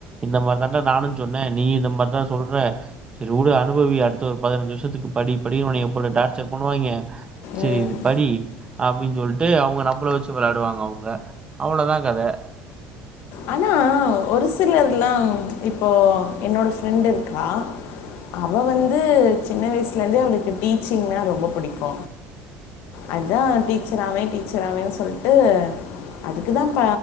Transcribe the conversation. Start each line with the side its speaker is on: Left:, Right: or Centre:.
Right: இந்த மார்தடா நானு சொன்ன நீ இந்த மார்தா சொல்ற சரி உடு அனுபவி அடுத்த ஒரு பதினஞ்சு வருஷத்துக்கு படி படினு உணைய போட்டு டார்ச்சர் பண்ணுவாயிங்க சரி
Left: ம்
Right: படி அப்டின் சொல்லிட்டு அவங்க நம்பள வச்சு விளையாடுவாங்க அவங்க அவளதா கத
Left: ஆனா ஒரு சிலர்ல்லா இப்போ என்னோட ஃப்ரெண்ட் இருக்கா அவ வந்து சின்ன வயசுலருந்தே அவளுக்கு டீச்சிங்னா ரொம்ப பிடிக்கு அதுதா டீச்சராாவே டீச்சராாவேன்னு சொல்ட்டு அதுக்குதா ப